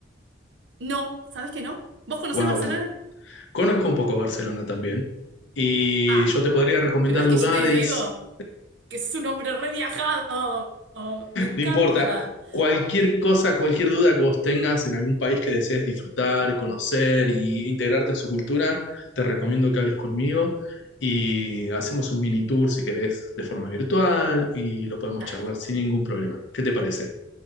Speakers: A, on the right (about 80°); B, on the left (about 85°).
A: No, ¿sabes que no? ¿Vos conocés
B: Wow,
A: Barcelona?
B: conozco un poco Barcelona también. Y
A: Ah,
B: yo te
A: bueno.
B: podría recomendar
A: Pero es
B: lugares.
A: que yo te digo que sos un hombre re viajado. Me encanta.
B: No importa. Cualquier cosa, cualquier duda que vos tengas en algún país que desees disfrutar, conocer y integrarte en su cultura, te recomiendo que hables conmigo y hacemos un mini tour si querés de forma virtual y lo podemos
A: Dale.
B: charlar sin ningún problema. ¿Qué te parece?